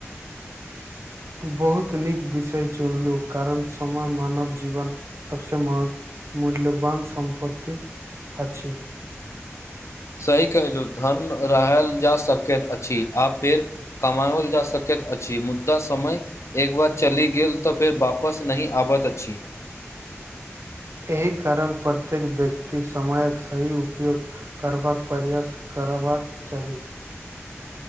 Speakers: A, on the right; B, on the left.
A: बहुत नीक विषय चुनलू कारण समय मानव जीवन सभसँ महत्व मूल्यवान सम्पत्ति अछि
B: सही कहहिलहु धन रहल जा सकैत अछि आ फेड़ कमाओल जा सकैत अछि मुदा समय एक बार चलि गेल तऽ फेर वापस नहि आबैत अछि
A: ऐहि कारण प्रत्येक व्यक्ति समयक सही उपयोग कर करबाक प्रयस करबाक चाही